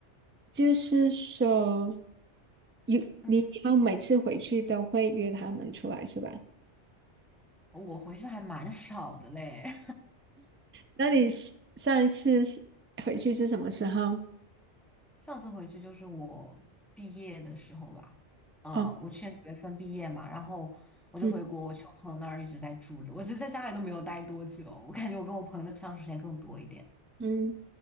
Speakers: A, on the right; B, in the centre.
A: 就是说，有你以后每次回去都会约他们出来是吧？
B: 嗯，我回去的还蛮少的嘞，
A: 那你是上一次是回去是什么时候？
B: <laughs> 上次回去就是我毕业的时候吧，嗯，
A: 哦，
B: 我去年九月份毕业嘛，然后我就回国，
A: 嗯。
B: 我去我朋友那儿一直在住着，我其实在家里都没有待多久，我感觉我跟我朋友的相处时间更多一点。
A: 嗯，